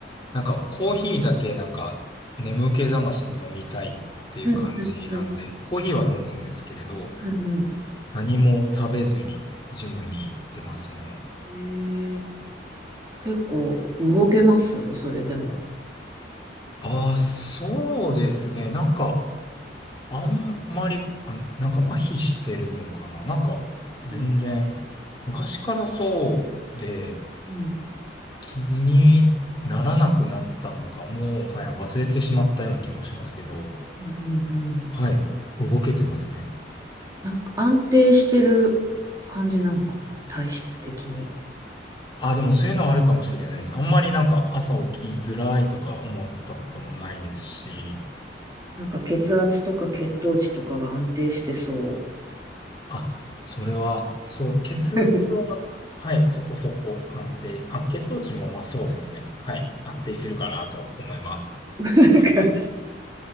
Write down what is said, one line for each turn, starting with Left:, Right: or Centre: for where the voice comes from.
Left: なんかコーヒーだけなんか眠気覚ましに飲みたいっていう感じなんで、
Right: うん、うん、
Left: コーヒーは飲むんですけれど、
Right: うんうん
Left: 何も食べずにジムに行ってますね。
Right: えー、結構動けますそれでも。
Left: ああ、そうですね。なんか、あんまり、あ、なんか麻痺してるのかな。なんか、全然。
Right: うん
Left: 昔からそうで
Right: うん
Left: 気にならなくなったのか、もう、はい、忘れてしまったような気もしますけど、
Right: うんうん
Left: はい、動けてますね。
Right: なんか安定してる感じなのかな体質的に。
Left: あ、でもそういうのはあるかもしれないです。あんまりなんか朝起きづらいとか思ったこともないですし、
Right: なんか血圧とか血糖値とかが安定してそ
Left: あ、それは、そう、血圧は、
Right: う。<laughs>
Left: はい、そこそこ安定、あ、血糖値もまあそうですね。はい、安定してるかなと思います。
Right: なんか